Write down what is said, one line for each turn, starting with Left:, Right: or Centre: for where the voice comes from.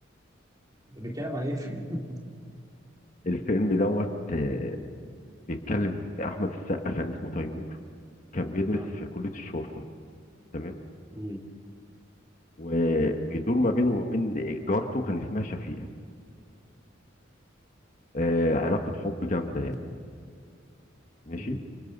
Right: ده بيتكلم عن ايه فيلم <laughs>
Left: الفيلم دوت آه بيتكلم ان احمد السقا كان اسمه تيمور كان بيدرس
Right: اه
Left: في كليه الشرطه تمام
Right: مهم.
Left: وبيدور ما بينه وما بين جارته كان اسمها شفيقة آه علاقه حب جامده يعني ماشي
Right: مهم.